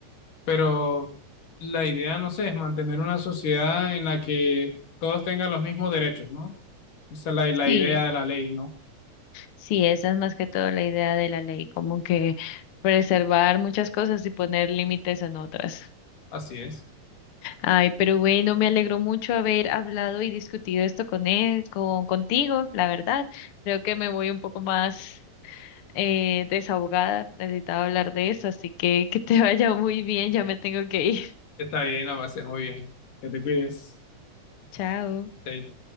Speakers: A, on the left (about 85°); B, on the left (about 60°).
A: pero la idea, no sé, es mantener una sociedad en la que todos tengan los mismos derechos, ¿no? Esa es la, la
B: Sí,
A: idea de la ley, ¿no?
B: sí, esa es más que todo la idea de la ley, como que preservar muchas cosas y poner límites en otras.
A: Así es.
B: Ay, pero bueno, me alegró mucho haber hablado y discutido esto con él, con contigo, la verdad. Creo que me voy un poco más eh, desahogada, necesitaba hablar de eso, así que que te <laughs> vaya muy bien, ya me tengo que ir. <laughs>
A: Está bien, la va a ser muy bien. Que te cuides.
B: Chao.
A: Chaito.